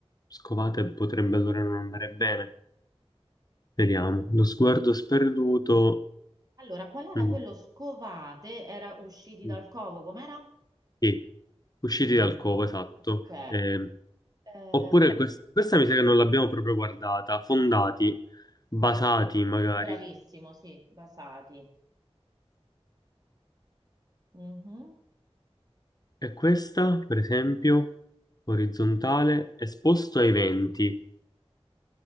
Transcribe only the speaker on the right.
Allora, qual era
quello scovate? Era usciti
dal covo, com'era?
Ok.
Eh,
bravissimo, sì, basati. Mhm.